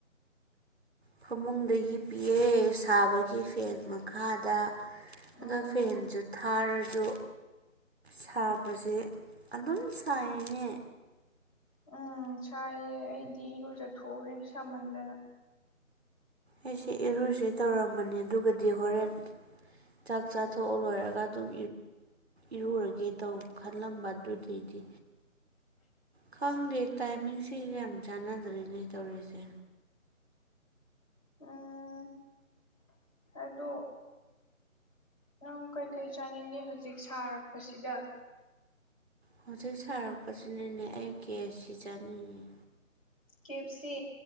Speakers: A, on the right; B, on the left.
A: ꯐꯃꯨꯡꯗ ꯍꯤꯞ ꯄꯤꯑꯦ ꯁꯥꯕꯒꯤ ꯐꯦꯟ ꯃꯈꯥꯗ
B: ꯑꯣ
A: ꯑꯗꯣ ꯐꯦꯟꯁꯨ ꯊꯥꯔꯒ ꯑꯗꯣ ꯁꯥꯕꯁꯦ ꯑꯗꯨꯝ ꯁꯥꯏꯅꯦ
B: ꯎꯝ ꯁꯥꯏꯌꯦ ꯑꯩꯗꯤ ꯏꯔꯨꯖꯠꯊꯎꯔꯦ ꯁꯥꯃꯟꯗꯅ
A: ꯑꯩꯁꯦ ꯏꯔꯨꯁꯦ ꯇꯧꯔꯝꯕꯅꯦ ꯑꯗꯨꯒꯗꯤ ꯍꯣꯔꯦꯟ ꯆꯥꯛ ꯆꯥꯊꯣꯛ ꯂꯣꯏꯔꯒ ꯑꯗꯨꯝ ꯏꯔꯨꯔꯒꯦ ꯇꯧ ꯈꯜꯂꯝꯕ ꯑꯗꯨꯏꯗꯤ
B: ꯎꯝ
A: ꯈꯪꯗꯦ ꯇꯥꯏꯃꯤꯡꯁꯤꯒ ꯆꯥꯟꯅꯗ꯭ꯔꯤꯅꯦ ꯇꯧꯔꯤꯁꯦ
B: ꯎꯝ ꯀꯣ ꯅꯪ ꯀꯩꯀꯩ ꯆꯥꯅꯤꯡꯗꯦ ꯍꯧꯖꯤꯛ ꯁꯥꯔꯛꯄꯁꯤꯗ
A: ꯍꯧꯖꯤꯛ ꯁꯥꯔꯛꯄꯁꯤꯅꯅꯦ ꯑꯩ ꯀꯦꯁ ꯁꯤ ꯆꯥꯅꯤꯡꯉꯤ
B: ꯀꯦꯞꯁꯤ